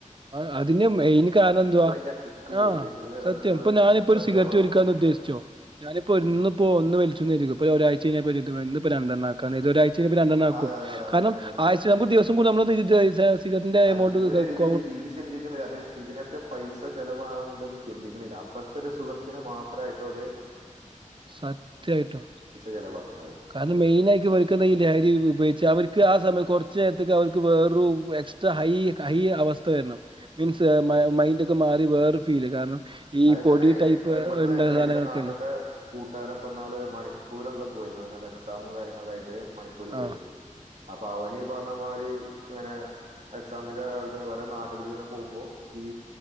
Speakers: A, on the right; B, on the right.
A: ആ അതിന് മെയിൻ കാരണം എന്തുവാ
B: അതിന്റെ കിക്ക് പോവും
A: ആ
B: പിന്നെ അത്
A: സത്യം
B: അടുത്തത്
A: ഇപ്പൊ ഞാനിപ്പോ ഒരു
B: കഞ്ചാവാകും
A: സിഗരറ്റ് വലിക്കാന്ന് ഉദ്ദേശിച്ചോ ഞാനിപ്പോ
B: ഉം
A: ഇന്ന് പോ ഒന്ന് വലിച്ചൂന്നെര്ത്ക്കോ ഇനി ഒരാഴ്ചയ്ഞ്ഞ ഇന്ന് രണ്ടെണ്ണാക്കാ ഇതൊരായ്ചയ്ഞ രണ്ടെണ്ണാക്കും
B: അതെ അതെ അതെ അങ്ങനെ
A: കാരണം
B: തന്നെ അങ്ങനെ തന്നെ.
A: ആഴ്ച്ചാവുമ്പം ദിവസം കൂടി നമ്മള് സിഗരെറ്റ് കയ്ച്ചാ സിഗരറ്റിന്റെ
B: ആ,
A: എമൗണ്ടിതാ
B: ഇ- ഇവര് ഇത്
A: അ
B: ഇത് ചിന്തിക്ക്ണില്ല അതി ഇതിനൊക്കെ പൈസ ചെലവാണത് ചിന്തിക്ക്ണില്ല അപ്പഴത്തെ ഒരു സുഖത്തിന് മാത്രെ പെട്ടോര്
A: സത്യായ്ട്ടും
B: ചെലവാക്കണത്
A: കാരണം
B: ഏ,
A: മെയിനായിട്ട് ഇവൽക്ക്ത് ഈ ലഹരി ഉപയോഗിച്ച് ച്ച് അവർക്ക് ആ സമയം കൊർച്ച് നേരത്തേക്ക് അവർക്ക് വേറൊരു എക്സ്ട്രാ ഹൈ ഹൈ അവസ്ഥ വെര്ണം മീൻസ്
B: അതെ
A: മൈന്റൊക്കെ മാറി വേറെ ഫീല് കാരണം ഈ
B: അതിനേശം
A: പൊടി
B: ന്റെ
A: ടൈപ്പ്
B: ഇവിടുന്ന്
A: ഇണ്ട
B: ഇപ്പൊ
A: സാധനങ്ങളൊക്കെല്ലേ
B: ന്റെ നാട്ടിത്തെ കൂട്ടുകാരൻ ഇപ്പന്നാള് മണിപ്പൂർ എന്തൊ പോയിരുന്നോല എക്സാമും കാര്യങ്ങളൊക്കായിട്ട് മണിപ്പൂര്
A: ആഹ്
B: പോയിരുന്നു അപ്പൊ അവനീ പർഞ്ഞ് അമാരി അങ്ങനെ എക്സാമിന്റെ ആൾ ഓലെ നാട്ട്കൂടെ ങ്ങനെ പോകുമ്പോ ഈ